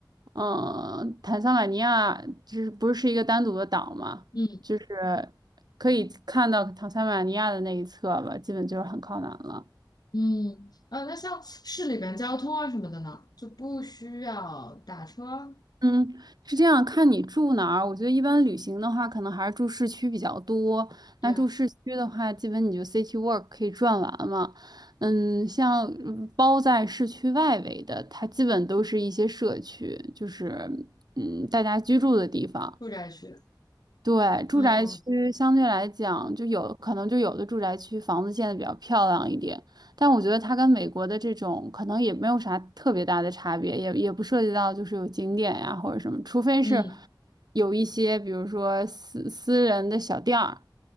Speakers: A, on the right (about 60°); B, on the left (about 60°).
A: 嗯，坦桑瓦尼亚就是不是一个单独的岛嘛，
B: 嗯
A: 就是可以看到坦桑瓦尼亚的那一侧吧，基本就是很靠南了。
B: 嗯，呃，那像市里边交通啊什么的呢，就不需要打车，
A: 嗯，是这样，看你住哪儿。我觉得一般旅行的话，可能还是住市区比较多。
B: 对，
A: 那住市区的话，基本你就 city walk 可以转完嘛。嗯，像嗯包在市区外围的，它基本都是一些社区，就是嗯大家居住的地方。
B: 住宅区。
A: 对，住宅区相对来讲，
B: 嗯
A: 就有可能就有的住宅区房子建的比较漂亮一点，但我觉得它跟美国的这种可能也没有啥特别大的差别，也也不涉及到就是有景点呀或者什么，除非是
B: 嗯
A: 有一些比如说私私人的小店儿，